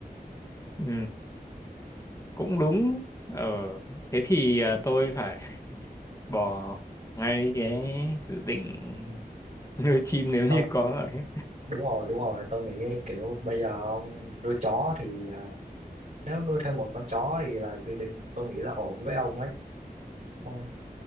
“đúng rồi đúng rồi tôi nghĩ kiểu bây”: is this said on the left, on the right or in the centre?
Right